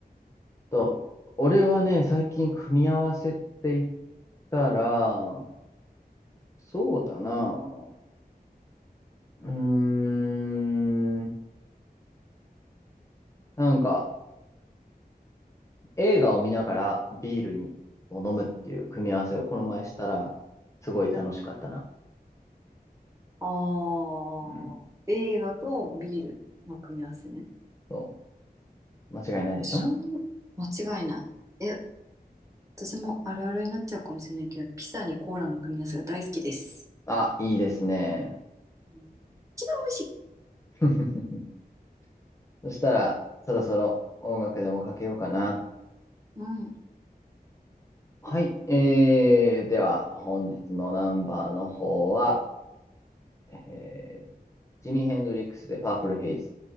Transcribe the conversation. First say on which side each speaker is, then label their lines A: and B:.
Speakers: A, on the left; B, on the right.
A: と、俺はね、最近組み合わせって言ったら、そうだな、うーん、なんか、映画を見ながらビールにを飲むっていう組み合わせをこの前したら、すごい楽しかったな。
B: うん。ああ、
A: うん、
B: 映画とビールの組み合わせね。
A: そう、間違いないでしょ
B: そん、間違いない。え、私もあるあるになっちゃうかもしれないけど、ピザにコーラの組み合わせが大好きです。
A: あ、いいですね。
B: うん一番美味しい。
A: <laughs> そしたら、そろそろ音楽でもかけようかな。
B: うん
A: はい。えー、では、本日のナンバーの方は、えージミー・ヘンドリックスでパープルヘイズ。